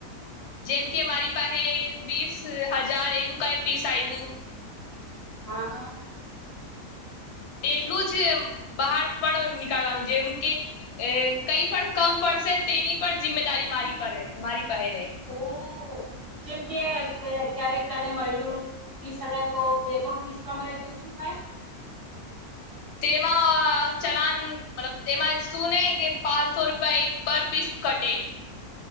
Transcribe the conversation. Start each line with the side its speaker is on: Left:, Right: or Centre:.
Left: જેમ કે મારી પાહે બીસ હજાર એવું કઈ પીસ આવવું
Right: હા-હા.
Left: તેટલું જ બહાર પણ નીકળવાનું જેમ કે કઈ પણ કમ પડશે તેની પણ જિમ્દારી મારી પર મારી પહે રહે
Right: ઓ જેમ કે કય ક્યારેક તને મળ્યું વીસ હજાર તો બે ત્રણ ફીસ કમ રહે તો શું થાય.
Left: તેમાં ચલાન મતલબ તેમાં સુું ને કે પાંચસો રૂપિયા એક પર પીસ કટે.